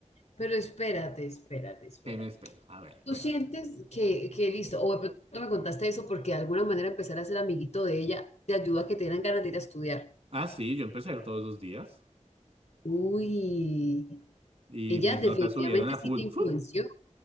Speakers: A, on the left (about 65°); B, on the right (about 60°).
A: Pero espérate, espérate, espérate.
B: ¿Qué me espero? A ver, cuenta.
A: ¿Tú sientes que, que listo? O de pronto me contaste eso porque de alguna manera empezar a ser amiguito de ella te ayuda a que te dieran ganas de ir a estudiar.
B: Ah, sí, yo empecé a ir todos los días
A: Uy,
B: y
A: ella
B: mis
A: definitivamente
B: notas subieron a
A: sí
B: full.
A: te influenció.
B: ¡Fum!